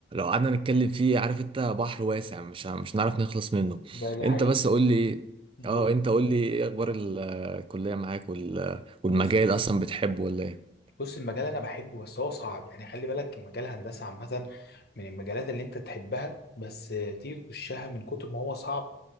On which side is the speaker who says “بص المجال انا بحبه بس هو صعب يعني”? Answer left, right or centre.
Left